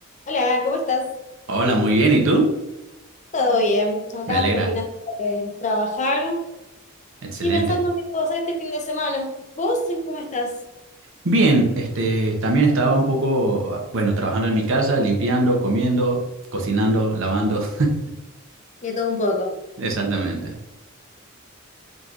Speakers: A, on the left; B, on the right.
A: Hola, ¿cómo estás?
B: Hola, muy bien. ¿Y tú?
A: ¿Todo bien? Acá
B: Me alegra.
A: terminando de trabajar
B: Excelente.
A: y pensando qué puedo hacer este fin de semana. ¿Vos cómo estás?
B: Bien, este, también estaba un poco, ah, bueno, trabajando en mi casa, limpiando, comiendo, cocinando, lavando. <laughs>
A: De todo un poco.
B: Exactamente.